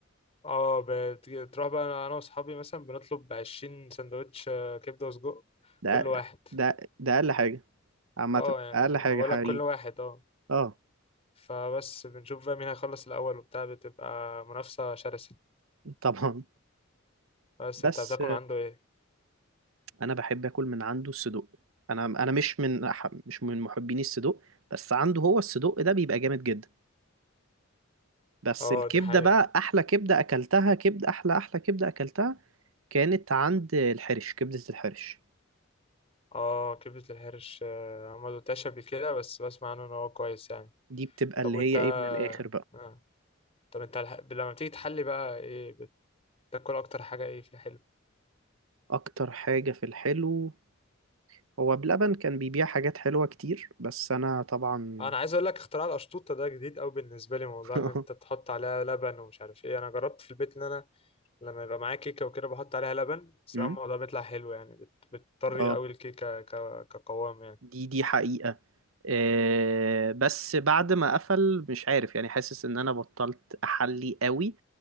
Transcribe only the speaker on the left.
اه بت- تروح بقى انا واصحابي مثلا بنطلب عشرين سندوتش آه، كبدة وسجق
كل واحد
اه يعني
بقول
لك كل واحد اه
فبس بنشوف بقى مين هيخلص الاول وبتاع بتبقى منافسة شرسة
بس
انت بتاكل من عنده ايه
اه
دي حقيقة
اه كبدة الحرش آه، انا ما دوتهاش قبل كده بس بسمع عنه ان هو كويس يعني
طب
وانت
آه. طب انت الح... لما بتيجي تحلي بقى ايه بتاكل اكتر حاجة ايه في الحلو
آه، انا عايز اقول لك اختراع القشطوطه ده جديد قوي بالنسبه لي موضوع
ان انت تحط عليها لبن ومش عارف ايه انا جربت في البيت ان انا لما يبقى معايا كيكه وكده بحط عليها لبن الصراحه
الموضوع بيطلع حلو يعني بت- بتطري
قوي الكيكه ك- كقوام يعني